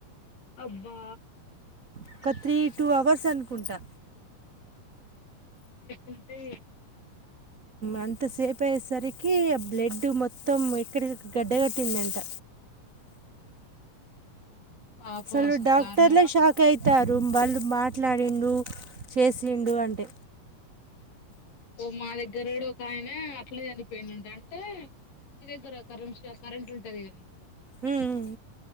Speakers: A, on the left (about 75°); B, on the right (about 60°).
A: అబ్బా
B: ఒక త్రీ టూ అవర్స్ అనుకుంటా
A: ఇంతే
B: అంతసేపు అయ్యేసరికి ఆ బ్లడ్ మొత్తం ఎక్కడికి గడ్డగట్టిందంట
A: పాపం
B: అసలు డాక్టర్లే
A: దారుణం
B: షాక్ అయితారు వాళ్ళు మాట్లాడిండు చేసిండు అంటే
A: ఓ మా దగ్గర ఒక ఆయన అట్లా చనిపోయిందింట అంటే మీ దగ్గర కరె కరెంట్ ఉంటది కదా
B: మ్మ్